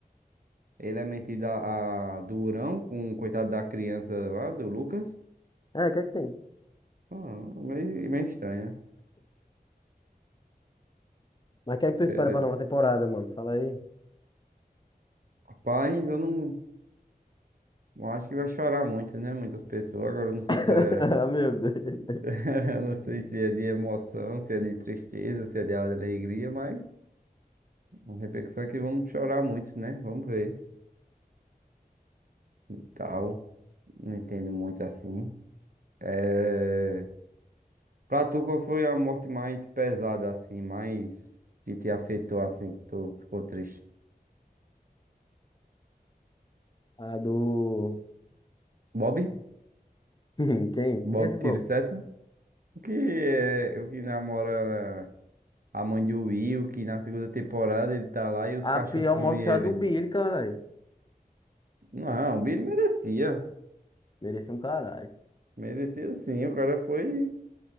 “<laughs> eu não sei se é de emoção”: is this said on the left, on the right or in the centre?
Right